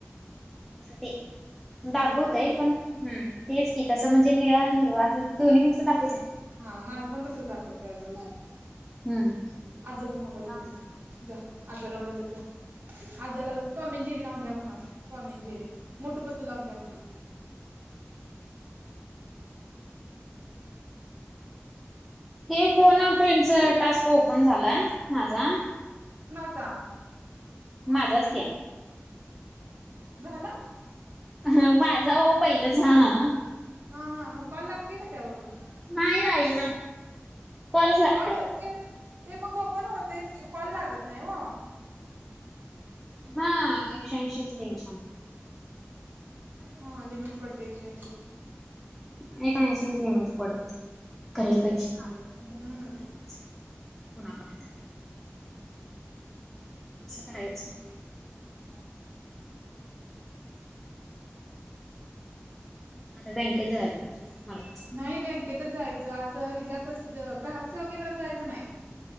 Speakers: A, in the centre; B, on the right.
A: ते,
B: दिदीचं
A: दाखवतय
B: व्हय
A: पण हम तेच की तसं म्हणजे निळा आणि हिरवा अस दोन्ही मिक्स दाखवायच आहे.
B: हा माझं पण तस दाखवते अजून
A: हम्म
B: आजचा मोबाईल
A: मग
B: घेजा जा. जा आज्ज लावून देतात जा. आजाला टॉमेंजेरी लावून द्या म्हणाव, टॉमेंजेरी मोठू पतू लावून द्या म्हणाव.
A: हे फोन फ्रेंडच टास्क ओपन झालाय माझा.
B: कोणाचा.
A: माझाच की.
B: झाला.
A: ह माझा हो पहिलंच हा......
B: हा हा मग कॉल लागतेय का त्यावरून....
A: नाही राहीना कॉलच
B: कॉल होत नाही... ते मग पण होतच की कॉल लागत नाही ओ......
A: हा एकशे ऐंशीच लिम......
B: हा लिमिट पडते एकशे ऐशीच.....
A: <unintelligible>
B: हम्म
A: कुणाकडे तरी? कसं करायचं?
B: अ <unintelligible>
A: आता बँकेत जायला पाहिजे मला
B: नाही बँकेतच जायचं असं ह्याच्यातच ग्राहक सेवा केंद्रात जायचं नाही....